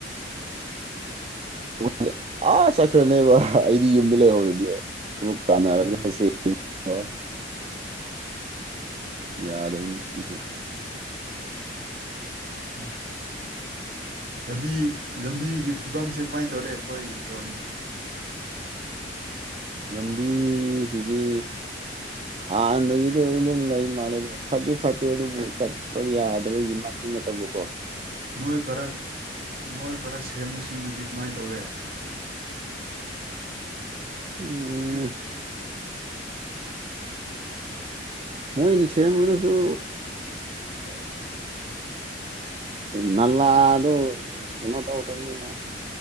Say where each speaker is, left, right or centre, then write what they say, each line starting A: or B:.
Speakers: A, on the right; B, on the right.
A: ꯠ ꯑꯥ ꯆꯠꯈ꯭ꯔꯅꯦꯕ ꯑꯩꯗꯤ ꯌꯨꯝꯗ ꯂꯩꯍꯧꯔꯗꯤꯕ ꯇꯥꯟꯅꯔꯛꯂꯁꯤ
B: ꯎꯝ
A: ꯁ ꯌꯥꯗ ꯍꯥꯏꯕꯤꯁꯨ
B: ꯎꯝ ꯂꯝꯕꯤ ꯂꯝꯕꯤꯒꯤ ꯐꯤꯕꯝꯁꯦ ꯀꯃꯥꯏꯅ ꯇꯧꯔꯦ ꯑꯩꯈꯣꯏ ꯔꯣꯝꯒꯤ
A: ꯂꯝꯕꯤꯤ ꯁꯤꯗꯤ ꯍꯥꯟꯅꯗꯒꯤꯗꯤ ꯑꯗꯨꯝ ꯂꯩ ꯃꯥꯜꯂꯦ ꯐꯠꯇꯗꯤ ꯐꯠꯇꯦ ꯑꯗꯨꯕꯨ ꯆꯠꯄ ꯌꯥꯗꯕꯒꯤ ꯇꯅꯇꯕꯣꯀꯣ
B: ꯃꯣꯏ ꯈꯔ ꯃꯣꯏ ꯈꯔ ꯁꯦꯝꯕꯁꯤꯡꯗꯨꯗꯤ ꯀꯃꯥꯏꯅ ꯇꯧꯔꯦ
A: ꯎꯝ ꯃꯣꯏꯅꯤ ꯁꯦꯝꯕꯗꯁꯨ
B: ꯎ
A: ꯅꯂ ꯑꯗꯨ ꯑꯗꯨꯩꯅꯣ ꯇ ꯎ ꯇꯅꯦ